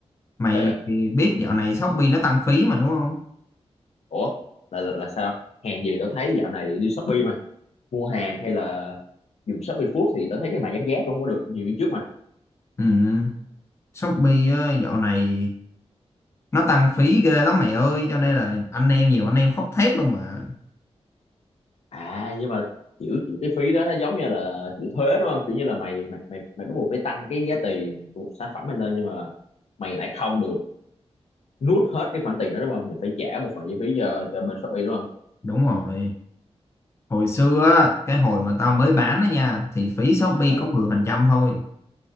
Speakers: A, on the left (about 25°); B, on the left (about 75°).
A: mày
B: Sao vậy?
A: thì biết dạo này Shopee nó tăng phí mà đúng không
B: Ủa, là là, là sao? Hàng gì tao thấy dạo này đi Shopee mày, mua hàng hay là dùng Shopee Food thì tao thấy cái mã giảm giá cũng không có được nhiều như trước mày.
A: ừ, Shopee á, dạo này nó tăng phí ghê lắm mày ơi cho nên là anh em nhiều anh em khóc thét luôn mà
B: À nhưng mà kiểu, kiểu cái phí đó nó giống như là kiểu thuế đúng không? Kiểu như là mày mày mày mày bắt buộc phải tăng cái giá tiền của một sản phẩm mày lên nhưng mà mày lại không được nuốt hết cái khoản tiền đó đúng không? Mình phải trả một phần chi phí cho cho bên Shopee đúng không?
A: đúng rồi hồi xưa á, cái hồi mà tao mới bán đó nha thì phí Shopee
B: Ừ
A: có 10% thôi